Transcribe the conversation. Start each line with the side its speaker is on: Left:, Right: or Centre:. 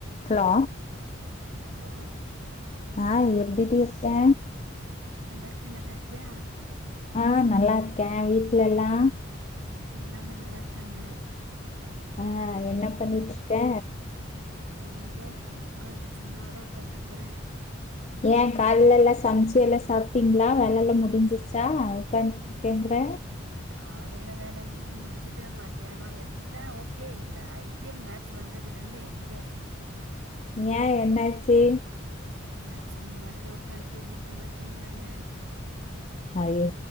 Left: Hello
Right: hello
Left: ஆஹ் எப்டி டி இருக்க
Right: நல்லா இருக்கே நல்லா இருக்கியா
Left: ஆஹ் நல்லா இருக்கே வீட்லெல்லா
Right: எல்லாமே நல்லா இருக்காங்க
Left: ஆஹ் என்ன பண்ணிட்ருக்க
Right: எங்கெ உக்காந்ட்டு சும்மாதா ஒக்காந்ட்ருக்கே
Left: ஏ கால்லலா சம்ச்சு எல்லா சாப்ட்டீங்ளா வேலலா முடிஞ்சிற்ச்சா உக்காந்ட்டுருக்கேங்றே
Right: காலேல வேலேன்னா முடிஞ்சது மத்தியானோ எல்லா ஓகே இந்த ஐ பி எல் மேட்ச் வந்ததுலருந்து எங்க
Left: ஏன் என்னாச்சு
Right: மேட்ச்கு முன்னாடிதா உட்காந்துட்டு ஏந்திருக்க மாட்டேங்குறாங்க
Left: ஐயோ